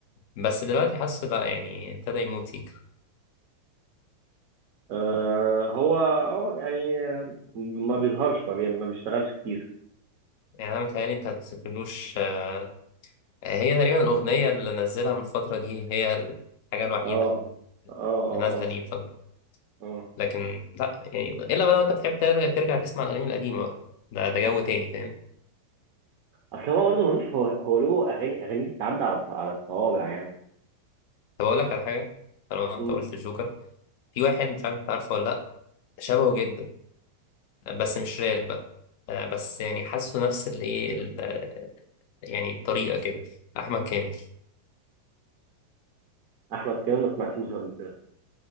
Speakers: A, on the left; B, on the right.
A: بس دلوقتي حاسه لا يعني ابتدى يموت سيكا
B: آه هو اه يعني آه، ما بيظهرش ما, بي ما بيشتغلش كتير
A: يعني أنا متهيألي أنت هتفتكرلوش آه هي تقريبا الأغنية اللي نزلها من الفترة دي هي الحاجة الوحيدة
B: اه
A: اللي
B: اه
A: نازلة
B: اه اه
A: ليه الفترة
B: اه
A: لكن لا يعني الا بقى لو انت بتحب ترجع, ترجع تسمع الاغاني القديمه بقى ده ده جو تاني فاهم
B: اصل هو برضه ملوش هو هو له اغاني اغاني بتعدي على على الصوابع يعني
A: طب اقول لك على حاجه طالما انت
B: امم
A: قلت الجوكر في واحد مش عارف انت عارفه ولا لا شبهه جدا بس مش راب بقى آه، بس يعني حاسه نفس الايه ال- يعني الطريقه كده احمد كامل
B: احمد كمان ما سمعتوش قبل كده